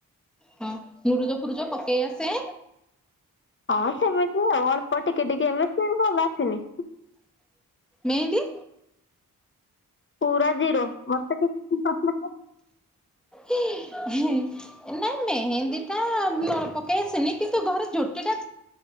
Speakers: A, in the centre; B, on the left.
A: ହଁ ମୁଁରୁଜ ଫୁରୁଜ ପକେଇ ଆସେ?
B: ହଁ ସେମିତି ଆଉ ଅଳ୍ପ ଟିକେ ଟିକେ ଏବେ କିଣିବଲେ ଆଉ ଆସିନି।
A: ମେହେନ୍ଦି
B: ପୁରା ଜିରୋ ମଟେ <unintelligible>
A: ନାଇ ମେହେନ୍ଦୀ ଟା ଅଳପ <unintelligible> ସେମିତି ତ ଘରେ ଝୋଟି ଟା